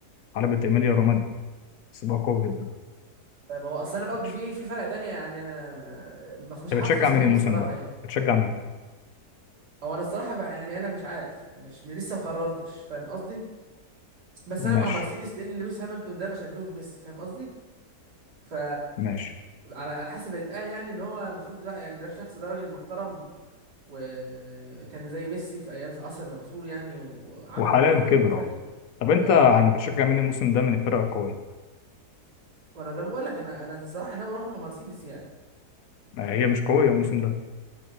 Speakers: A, on the left (about 70°); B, on the right (about 80°).
A: حلبة ايميليا رومانيا سباق قوي جدا
B: طيب هو اصل انا برضه
A: ماشي
B: في إيه، في فرق تانية يعني انا ما ما- مش حافظ
A: انت بتشجع
B: اساميهم
A: مين الموسم
B: الصراحه
A: ده؟
B: يعني
A: بتشجع مين؟
B: او انا الصراحه بقى يعني انا مش عارف مش م- لسه ما قررتش فاهم قصدي بس انا
A: ماشي
B: مع مرسيدس لان لويس هامilton ده بشبهه بميسي فاهم قصدي ف
A: ماشي
B: على على حسب الاتقان يعني ان هو المفروض ده- يعني ده الشخص ده راجل محترم وكان زي ميسي في ايام في عصر من العصور يعني وعمل
A: وحاليا
B: كل حاجه
A: كبر
B: للفريق
A: اه طب انت
B: اه
A: يعني
B: عمل كل
A: بتشجع
B: حاجه
A: مين الموسم ده من الفرق القوية؟
B: وانا زي ما بقول لك انا انا الصراحه ناوي اروح مع مرسيدس يعني
A: ما هي مش قوية الموسم ده